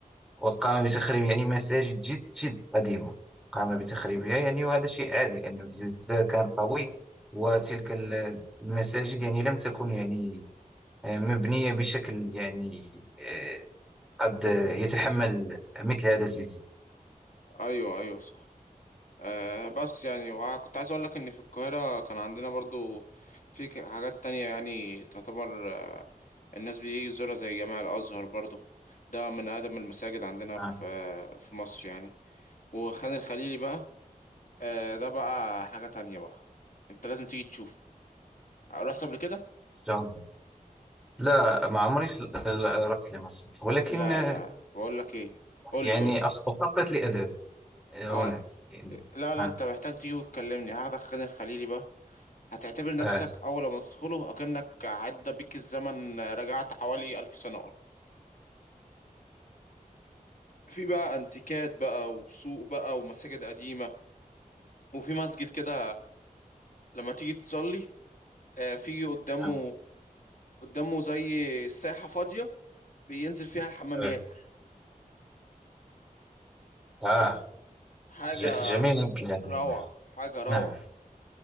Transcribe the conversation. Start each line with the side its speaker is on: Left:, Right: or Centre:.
Centre: وقام بتخريب يعني مساجد جد جد قديمة قام بتخريبها يعني وهذا شيء عادي لأن الزلزال كان قوي وتلك ال- المساجد يعني لم تكن يعني آه، مبنية بشكل يعني آه، قد يتحمل مثل هذا الزلزال
Left: ايوه ايوه صح آه بس يعني وع- كنت عايز اقول لك ان في القاهرة كان عندنا برضو في ك- حاجات تانية يعني تعتبر آه، الناس بتيجي تزورها زي جامع الازهر برضو ده من اقدم المساجد عندنا
Centre: آه،
Left: في
Centre: إن
Left: آه في مصر يعني وخان الخليلي بقى آه ده بقى حاجة تانية بقى انت لازم تيجي تشوف رحت قبل كده
Centre: شاء الله لا ما عمري س- آه، رحت لمصر ولكن
Left: لا
Centre: آه،
Left: لا بقول لك ايه قول
Centre: يعني
Left: لي قول لي
Centre: أخ- أخطط لأذهب آه،
Left: اه
Centre: هناك يعني
Left: لا لا
Centre: آه
Left: انت محتاج تيجي وتكلمني هاخدك خان الخليلي بقى هتعتبر نفسك
Centre: آه
Left: اول ما تدخله اكنك عدى بيك الزمن رجعت حوالي الف سنة ورا في بقى انتيكات بقى وسوق بقى ومساجد قديمة وفي مسجد كده لما تيجي تصلي آه، في قدامه
Centre: آه,
Left: قدامه زي ساحة فاضية بينزل فيها الحمام
Centre: آه.
Left: ياكل
Centre: آه.
Left: حاجة
Centre: ج- جميل مثل هذا الماء
Left: روعة حاجة روعة
Centre: نعم